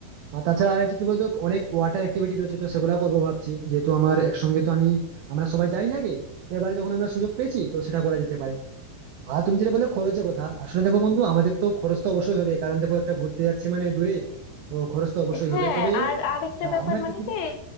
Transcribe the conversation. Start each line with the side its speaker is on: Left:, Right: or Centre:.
Right: আর তাছাড়া আর হচ্ছে কি বলতো অনেক ওয়াটার অ্যাক্টিভিটি রয়েছে তো সেগুলো করবো ভাবছি যেহেতু আমার একসঙ্গে তো আমি আমরা সবাই যাই না আগে তো এবারে যখন আমরা সুযোগ পেয়েছি তো সেটা করা যেতে পারে আর তুমি যেটা বললে খরচের কথা আসলে দেখো বন্ধু আমাদের তো খরচ তো অবশ্যই হবে কারণ দেখো একটা ঘুরতে যাচ্ছি মানে দূরে তো খরচ তো অবশ্যই
Left: হ্যাঁ
Right: হবে তবে
Left: আর আরেকটা
Right: আহ,
Left: ব্যাপার
Right: আমরা
Left: মানে
Right: কিছু-
Left: কি